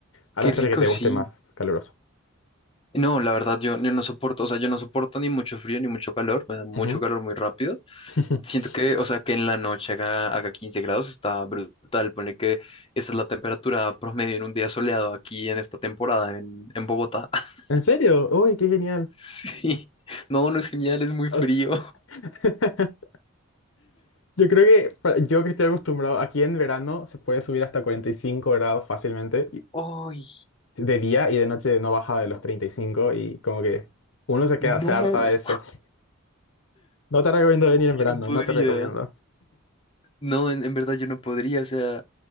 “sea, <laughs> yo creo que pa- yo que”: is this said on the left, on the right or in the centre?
Left